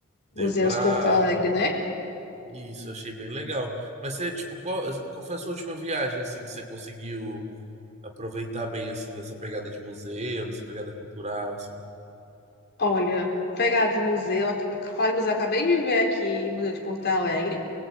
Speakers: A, on the right; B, on the left.
A: Deu
B: Museus
A: pra...
B: Porto Alegre, né?
A: Isso, eu achei bem legal. Mas você, tipo, qual, qual foi a sua última viagem, assim, que você conseguiu aproveitar bem, assim, nessa pegada de museu, nessa pegada cultural, assim?
B: Olha, pegado de museu, ac- falar em museu, eu acabei de ver aqui o Museu de Porto Alegre